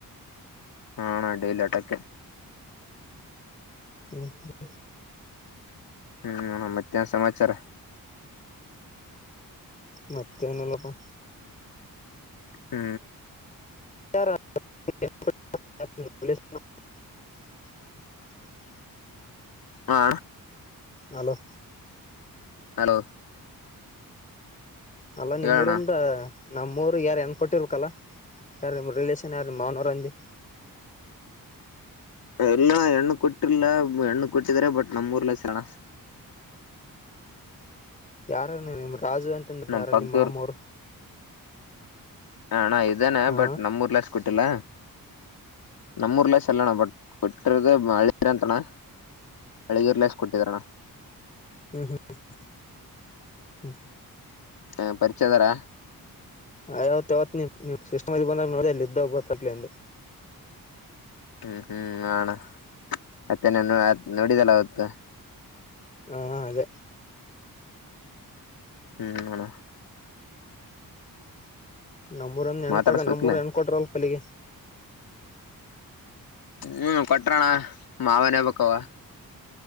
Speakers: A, on the left; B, on the left.
A: ಹ ಅಣ ಡೈಲಿ ಆಟೋಕೆ
B: ಹ್ಮ್ ಹ್ ಮ್
A: ಹ್ಮ್ ಏನು ಮತ್ತ್ಯ ಸಮಾಚಾರ?
B: ಮತ್ತೆನಿಲ್ಲಪ್ಪ
A: ಹ್ಮ್
B: <unintelligible>
A: ಹಾ
B: ಹಲೋ
A: ಹಲೋ
B: ಅಲ್ಲ ನಿಮ್ಮೂರಂದ
A: ಹೇಳೋಣ
B: ನಮ್ಮೂರುಗೆ ಯಾರ ಹೆಣ್ಣು ಕೊಟ್ಟಿರಬೇಕಲ್ಲ ಯಾರ ನಿಮ್ಮ ರಿಲೇಶನ್ ಯಾರು ನಿಮ್ಮ ಮಾವನವ್ರಂದಿ
A: ಎಲ್ಲ ಹೆಣ್ಣು ಕೊಟ್ಟಿಲ್ಲಾ ಹೆಣ್ಣು ಕೊಟ್ಟಿದ್ರ ಬಟ್ ನಮ್ಮೂರ್ಲೇಸಣ.
B: ಯಾರ ನಿ ನಿಮ್ರ ರಾಜು ಅಂತಂದ್ ಇದಾರ
A: ನಮ್ ಪಕ್ದೂರ್
B: ನಿಮ್ಮ ಮಾಮೋರು
A: ಹ ಅಣ ಆಯ್ ಇದಾನೆ
B: ಹಾ
A: ಬಟ್ ನಮ್ಮೂರಲ್ ಅಷ್ಟ್ ಕೊಟ್ಟಿಲ್ಲ. ನಮ್ಮೂರ್ಲ್ಲ ಸಲ್ಲಣ ಬಟ್ ಕೊಟ್ಟಿರದೆ ಮಾಳ್ ನೀರಂತಣ್ಣ ಅಳಿಗರ್ಲೇಸ್ ಕೊಟ್ಟಿದರಣ
B: ಹ್ಮ ಹ್ಮ
A: ಹ ಪರಿಚಯದಾರ
B: ಆಯಾವತ್ ಯಾವತ್ ನೀ ನೀವ್ ಸಿಸ್ಟಮರ್ ಬಂದಾಗ ನೋಡಿ ಅಲ್ಲಿ ಇದ್ದಗ ಗೊತ್ತಾತ್ಲೆ ಅಂದೆ.
A: ಹ್ಮ್ ಹ್ಮ್ ಹ ಅಣ ಮತ್ತೆ ನಿನ್ನ ನೋಡಿದಲ್ಲ ಅವತ್ತು
B: ಹಾ ಅದೇ
A: ಹ್ಮ್ ಅಣ
B: ನಮ್ಮೂರಂದ ಹೆಣ್
A: ಮಾತಾಡ್ಸ್ಬೇಕಿಲ್ಲ
B: ತಗ ನಮ್ಮೂರು ಎಣ್ ಕೊಟ್ರವಲ್ ಪಲ್ಲಿಗೆ
A: ಹ್ಮ ಕೊಟ್ರಣ ಮಾವನೇ ಆಗ್ಬೇಕ್ ಅವ